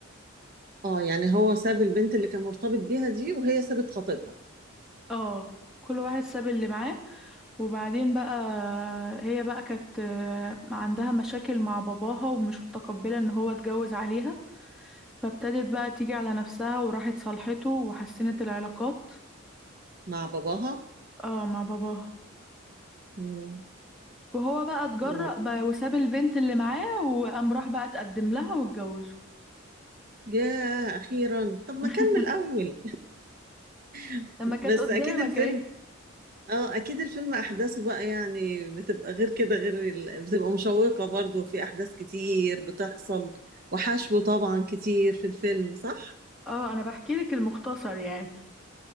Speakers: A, on the right; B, in the centre.
A: اه يعني هو ساب البنت اللي كان مرتبط بيها دي وهي سابت خطيبها
B: اه كل واحد ساب اللي معاه وبعدين بقى هي بقى كانت آه، عندها مشاكل مع باباها ومش متقبلة ان هو اتجوز عليها فابتدت بقى تيجي على نفسها وراحت صالحته وحسنت العلاقات
A: مع باباها
B: اه مع باباها
A: مم.
B: وهو بقى اتجرأ
A: و...
B: بقى وساب البنت اللي معاه وقام راح بقى اتقدم لها واتجوزه
A: ياه اخيرا طب
B: <laughs>
A: ما كان من الاول <laughs>
B: لما كانت
A: بس
B: قدامك
A: اكيد الفيلم
B: اهي
A: اه اكيد الفيلم احداثه بقى يعني بتبقى غير كده غير ال... بتبقى مشوقة برضو في احداث كتير بتحصل وحشو طبعا كتير في الفيلم صح
B: اه انا بحكي لك المختصر يعني